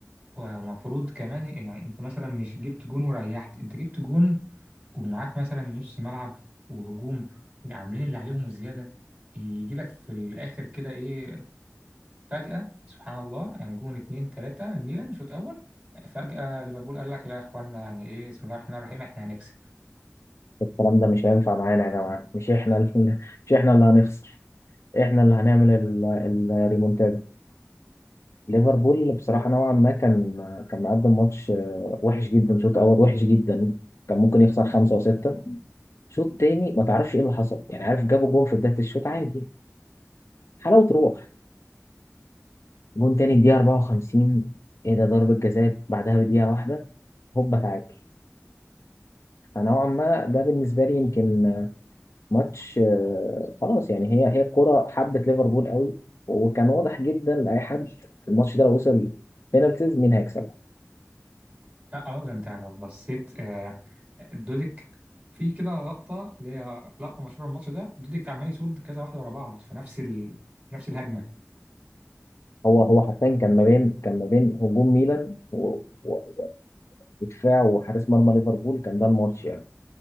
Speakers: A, on the right (about 35°); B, on the left (about 65°).
A: ومفروض كمان يعني أنت مثلا مش جبت جون وريحت أنت جبت جون ومعاك مثلا نص ملعب وهجوم عاملين اللي عليهم وزيادة يجي لك في الآخر كده إيه فجأة سبحان الله يعني جون اتنين تلاتة الميلان شوط أول فجأة ليفربول قال لك لا يا إخوانا يعني إيه بسم الله الرحمن الرحيم إحنا هنكسب
B: الكلام ده مش هينفع معانا يا جماعة مش احنا ال- <laughs> مش احنا اللي هنخسر احنا اللي هنعمل ال- ال- الريمونتادا ليفربول بصراحة نوعا ما كان كان مقدم ماتش آه، وحش جدا شوط أول وحش جدا كان ممكن يخسر خمسة وستة شوط تاني ما تعرفش ايه اللي حصل يعني عارف جابوا جون في بداية الشوط عادي حلاوة روح جون تاني الدقيقة 54 ايه ده ضربة جزاء بعدها بدقيقة واحدة هوبا تعادل فنوعا ما ده بالنسبة لي يمكن ماتش آه، خلاص يعني هي هي الكرة حبت ليفربول قوي وكان واضح جدا لأي حد الماتش ده لو وصل بينالتيز مين هيكسب
A: اه آه، ده انت لو بصيت آه دوديك في كده لقطة اللي هي لقطة مشهورة من الماتش ده دوديك عمال يصد كذا واحدة ورا بعض في نفس ال... في نفس الهجمة
B: هو هو حرفيا كان ما بين كان ما بين هجوم ميلان و- و- ودفاع وحارس مرمى ليفربول كان ده الماتش يعني